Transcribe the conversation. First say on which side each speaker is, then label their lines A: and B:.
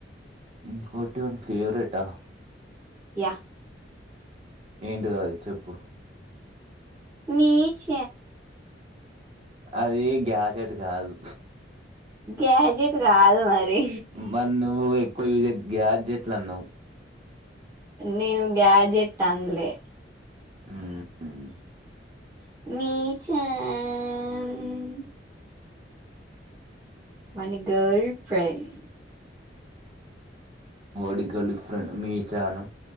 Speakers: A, on the right (about 35°); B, on the right (about 20°).
A: ఇంకోటి వన్ ఫేవరెట్ హ
B: యా
A: ఇంటిదది చెప్పు
B: నీచ
A: అది గ్యాజెట్ కాదు
B: గ్యాజెట్ కాదు మరి
A: మన్న జ గ్యాట్జట్లా నవు
B: నేను గ్యాజెట్ అనలే
A: ఉ
B: మీచన్ మనీ గర్ల్ ఫ్రెండ్
A: డి గల్ఫ్రెం మీ చాను